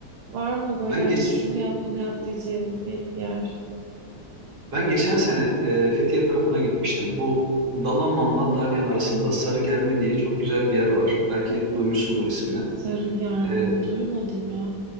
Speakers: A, on the right; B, on the right.
A: Var mı
B: ben
A: böyle hani
B: geç
A: şunu yap bunu yap diyeceğin bir yer?
B: ben geçen sene e, Fethiye tarafına gitmiştim. Bu Dalaman'la Dalyan arasında Sarıgerme diye çok güzel bir yer var. Belki duymuşsundur ismini.
A: Sarıgerme.
B: E,
A: Duymadım ya.